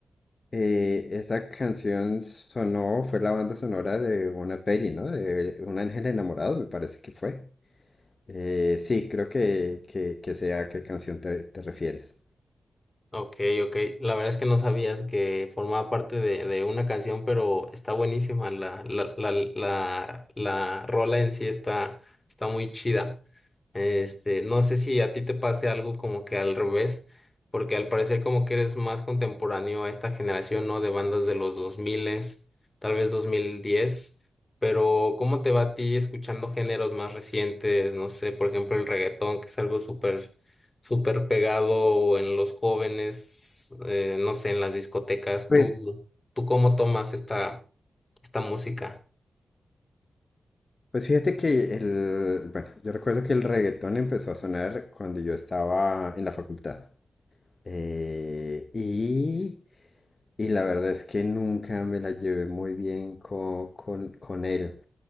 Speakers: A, on the left (about 45°); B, on the left (about 30°).
A: Eh, esa canción sonó, fue la banda sonora de una peli, ¿no? De Un ángel enamorado, me parece que fue. Eh, sí, creo que, que, que sé a qué canción te, te refieres.
B: Ok, ok. La verdad es que no sabías que formaba parte de, de una canción, pero está buenísima. La, la, la, la, la rola en sí está, está muy chida. Este, no sé si a ti te pase algo como que al revés, porque al parecer como que eres más contemporáneo a esta generación, ¿no? De bandas de los 2000, tal vez 2010. pero ¿cómo te va a ti escuchando géneros más recientes? No sé, por ejemplo, el reggaetón, que es algo súper súper pegado en los jóvenes, eh, no sé, en las discotecas.
A: Pues,
B: ¿Tú, tú cómo tomas esta, esta música?
A: pues fíjate que el, bueno, yo recuerdo que el reggaetón empezó a sonar cuando yo estaba en la facultad. Eh, y, y la verdad es que nunca me la llevé muy bien co- con, con él.